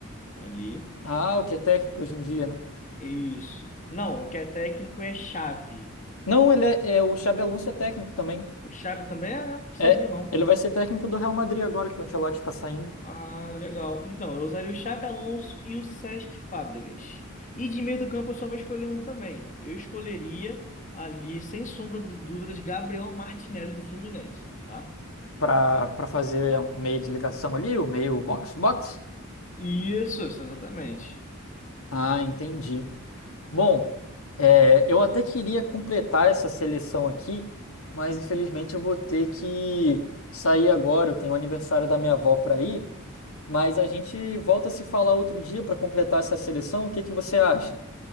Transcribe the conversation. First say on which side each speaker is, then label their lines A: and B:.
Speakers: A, on the left (about 35°); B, on the left (about 85°).
A: ali.
B: Ah, o que é técnico hoje em dia, né?
A: Isso. Não, o que é técnico é chave.
B: Não, ele é, é, o Xabi Alonso é técnico também.
A: O chave também é? Não sabia,
B: É,
A: não.
B: ele vai ser técnico do Real Madrid agora que o Ancelotti tá saindo
A: Ah, legal. Então, eu usaria o Xabi Alonso e o Sesc Fábricas. E de meio do campo eu só vou escolher um também. Eu escolheria ali, sem sombra de dúvidas, Gabriel Martinelli do Fluminense, tá?
B: pra para fazer o meio de ligação ali, o meio box to box.
A: Isso, isso, exatamente.
B: Ah, entendi. Bom, é, eu até queria completar essa seleção aqui, mas infelizmente eu vou ter que sair agora. Eu tenho o aniversário da minha avó para ir. Mas a gente volta a se falar outro dia para completar essa seleção. O que que você acha?